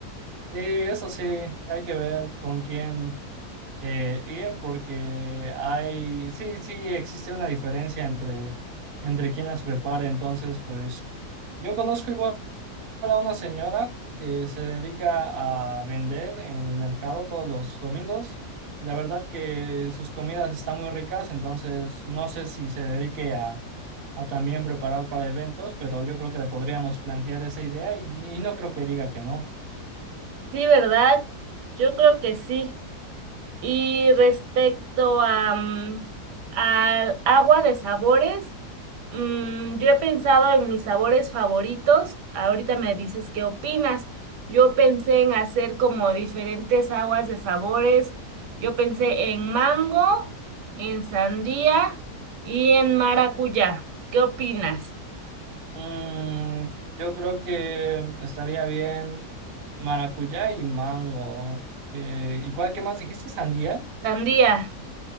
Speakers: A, on the right; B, on the right.
A: Y eso sí, hay que ver con quién eh, ir porque hay, sí, sí existe una diferencia entre, entre quién las prepara. Entonces, pues yo conozco igual a una señora que se dedica a vender en el mercado todos los domingos. La verdad que sus comidas están muy ricas, entonces no sé si se dedique a, a también preparar para eventos, pero yo creo que le podríamos plantear esa idea y y no creo que diga que no.
B: Sí, ¿verdad? Yo creo que sí. Y respecto a, mm, al agua de sabores, mm, yo he pensado en mis sabores favoritos. Ahorita me dices qué opinas. Yo pensé en hacer como diferentes aguas de sabores. Yo pensé en mango, en sandía y en maracuyá. ¿Qué opinas?
A: Mm, yo creo que estaría bien maracuyá y mango. Eh, ¿y cuál, qué más dijiste? ¿Sandía?
B: Sandía.